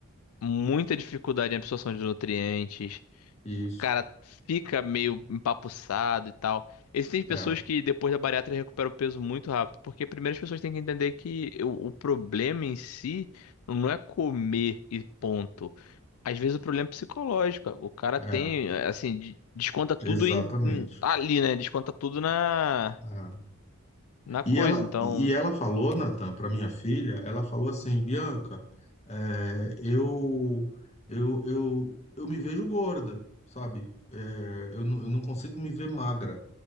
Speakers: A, on the left; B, on the left.
A: Muita dificuldade em absorção de nutrientes.
B: Isso.
A: O cara fica meio empapuçado e tal. Existem pessoas
B: É,
A: que depois da bariátrica recuperam o peso muito rápido, porque primeiro as pessoas têm que entender que o, o problema em si não é comer e ponto. Às vezes o problema é psicológico. O cara
B: é,
A: tem, assim, de- desconta tudo
B: exatamente.
A: em, em- ali, né? Desconta tudo na
B: É.
A: na
B: E
A: coisa.
B: ela,
A: Então,
B: e ela falou, Natan, para minha filha, ela falou assim, Bianca, é, eu, eu, eu, eu me vejo gorda, sabe? É, eu, não- eu não consigo me ver magra,